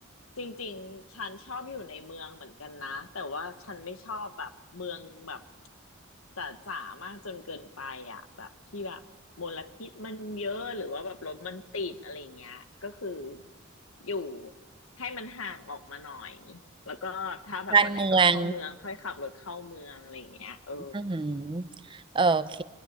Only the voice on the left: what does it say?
จริงๆฉันชอบอยู่ในเมืองเหมือนกันนะแต่ว่าฉันไม่ชอบแบบเมืองแบบจ๋าจ๋ามากจนเกินไปอ่ะแบบที่แบบมลพิษมันเยอะหรือว่าแบบรถมันติดอะไรเงี้ยก็คืออยู่ให้มันห่างออกมาหน่อยแล้วก็ถ้าแบบวันไหนต้องเข้าเมืองค่อยขับรถเข้าเมืองอะไรเงี้ยเออ